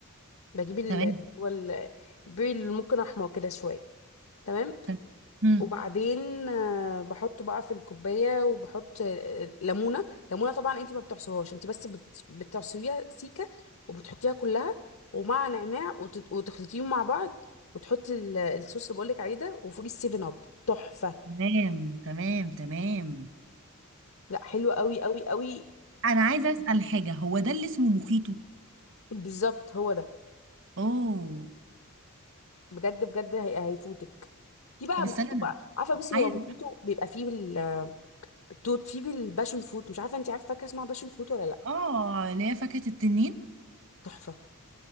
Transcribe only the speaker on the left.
بجيب ال
هو ال- البيري اللي ممكن احمر كده شويه تمام
وبعدين آه، بحطه بقى في الكوبايه وبحط آه، ليمونه ليمونه طبعا انت ما بتعصرهاش انت بس بت- بتعصريها سيكه وبتحطيها كلها ومع نعناع وت- وتخلطيهم مع بعض وتحطي ال- الصوص اللي بقولك عليه ده وفوقيه السيفن اب تحفه
لا حلو قوي قوي قوي
وبالظبط <laughs> هو ده
بجد بجد هي- هيفوتك في بقى
مخيطه
بقى عارفه بصي
هو مخيطه بيبقى فيه بال- التوت فيه بالباشن فوت مش عارفه انت عارفه فاكهه اسمها باشن فوت ولا لا
تحفه